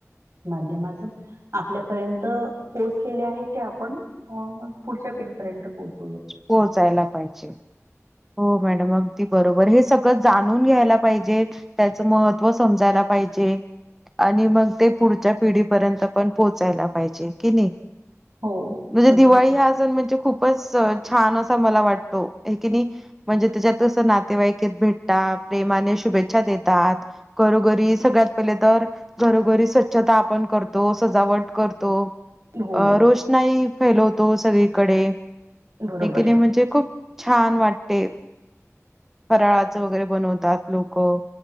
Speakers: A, on the right; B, in the centre.
A: माध्यमातून आपल्यापर्यंत पोहोचलेले आहे ते आपण अ पुढच्या पिढीर्यंत पोचवू.
B: पोहोचायला पाहिजे. हो मॅडम अगदी बरोबर हे सगळं जाणून घ्यायला पाहिजे त्याचं महत्त्व समजायला पाहिजे. आणि मग ते पुढच्या पिढी पर्यंत पण पोहोचायला पाहिजे कि नाही.
A: हो,
B: म्हणजे
A: अगदी
B: दिवाळी
A: बरोबर.
B: हा सण म्हणजे खूपच, च छान असा मला वाटतो हायकेनाही. म्हणजे त्याच्यात कसं नातेवाईकेत भेटतात प्रेमाने शुभेच्छा देतात घरोघरी सगळ्यात पहिले तर घरोघरी स्वच्छता आपण करतो सजावट करतो,
A: हो
B: अं रोषणाई फैलवतो सगळीकडे
A: बरोबर
B: हेकेनाही
A: आहे.
B: म्हणजे खूप छान वाटते, फराळाचं वगैरे बनवतात लोक.